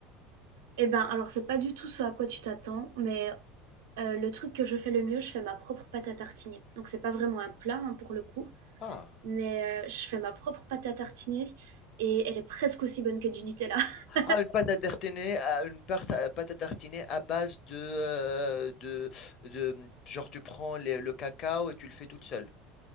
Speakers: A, on the right; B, on the left.
A: eh ben, alors c'est pas du tout ce à quoi tu t'attends, mais euh, le truc que je fais le mieux, je fais ma propre pâte à tartiner. Donc c'est pas vraiment un plat hein, pour le coup.
B: Ah.
A: mais euh, je fais ma propre pâte à tartiner et elle est presque aussi bonne que du Nutella. <laughs>
B: Ah, une pâte à tartiner, à- une part- à- pâte à tartiner à base de, euh, de, de- genre tu prends les- le cacao et tu le fais toute seule.